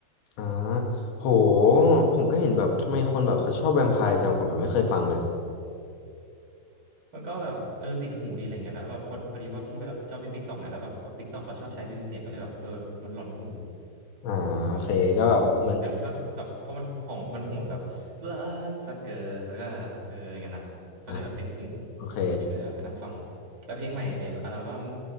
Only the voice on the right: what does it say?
มันก็แบบเออติดหูดีอะไรเงี้ยแล้วแบบพอพอดีว่าพี่แบบชอบเล่นติ๊กต็อกไงแล้วแบบติ๊กต็อกเขาชอบใช้เป็นเสียงก็เลยแบบเออมันหลอนหู
อย่างชอบแบบเพราะมันหองมันโหนแบบ blood sucker แล้วก็เอออย่างนั้นน่ะก็เลยแบบติดหู
พี่ก็เลยแบบไปนั่งฟังแต่เพลงใหม่ในอัลบั้ม